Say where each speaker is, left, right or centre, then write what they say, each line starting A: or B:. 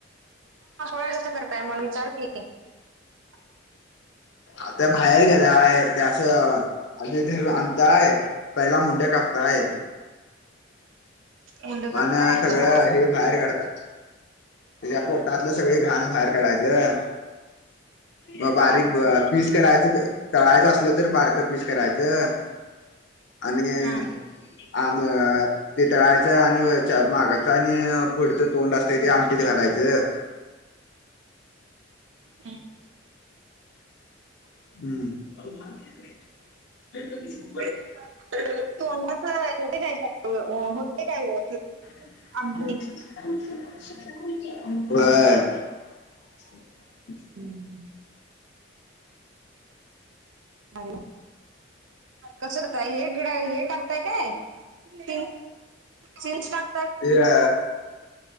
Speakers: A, on the right (about 75°); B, on the left (about 65°).
A: का जास्त करताय मग विचार की <inaudible> <unintelligible>
B: आत्या बाहेर गेलाय त्या असं धरू आणताय पहिला मुंडे कापताय
A: मुंड
B: <unintelligible>
A: कापताय
B: सगळं
A: हा.
B: हे बाहेर काढतात त्याच्या पोटातलं सगळी घाण बाहेर काढायचं मग बारीक
A: हा
B: पीस करायचं तळायचं असलं तर बारक पीस करायचं आणि
A: हम्म
B: आम ते तळाय आणि मागाचं आणि पुढचं तोंड असत ते आमटत घालायचं
A: हम्म
B: हम्म
A: तू अंगाच <unintelligible> होते <unintelligible>
B: ह
A: आमटी
B: <unintelligible> <inaudible> <unintelligible>
A: हम्म अ कसरतय हेट गिड हेटागतय काय <unintelligible> <inaudible> <unintelligible> तिस पा
B: हे अ